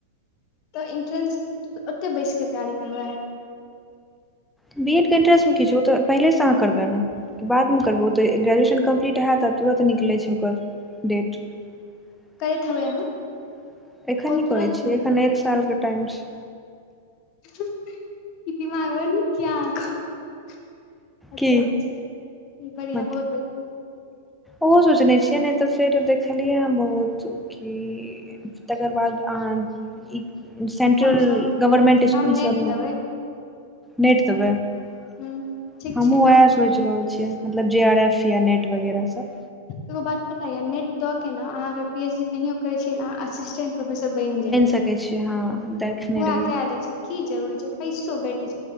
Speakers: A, on the left; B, in the centre.
A: तऽ इंट्रेंस <inaudible> ओतै बैस कऽ तैयारी करबै।
B: बीएड केँ इन्ट्रेंस में कि छै ओ तऽ पहिले स अहाँ करबै न बाद म करबो ओ तऽ ग्रेजुएशन कम्प्लीट हैत आ तुरन्त निकलै छैय ओकर डेट
A: करैत
B: <inaudible>
A: हेबै अहाँ
B: एखन
A: ओ
B: नै
A: तुरंत
B: करै छिय
A: निकलै
B: एखन एक साल
A: छै
B: कऽ टाइम छैय
A: <inaudible> दिमाग बड़ नीक यऽ अहाँ कऽ <inaudible> अच्छ
B: की
A: अचछ <inaudible> बढ़िया
B: मत
A: बहुत बढ़िआ
B: ओहो सोचने छियै नै तऽ फेर देखलियै ह बहुत की तकर बाद अहाँ ई सेन्ट्रल
A: हम हम
B: गवर्मेंट इसकुल
A: हम नेट
B: सभ म
A: देबै
B: नेट देबै <inaudible>
A: हूँ ठीक
B: हमहुँ
A: छै ने
B: वेह स सोच रहल छियै मतलब जे आर एफ या नेट वगैरह सब
A: एगो बात पता य नेट दऽ केँ न अहाँ अगर पी एच डी नहियो करै छियै न अहाँ असिस्टेंट प्रोफेसर बनि जेबै <inaudible>
B: सकै छियै हँ देखने
A: हम उहै
B: रहियै
A: कै ले छै की जरूरी छै पैसो भेट